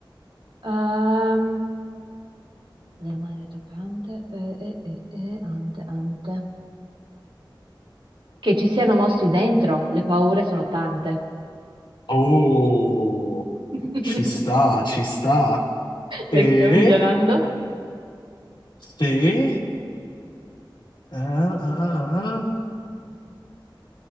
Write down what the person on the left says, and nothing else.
Oh,
ci sta, ci sta. E
se... ah, ah, ah, ah.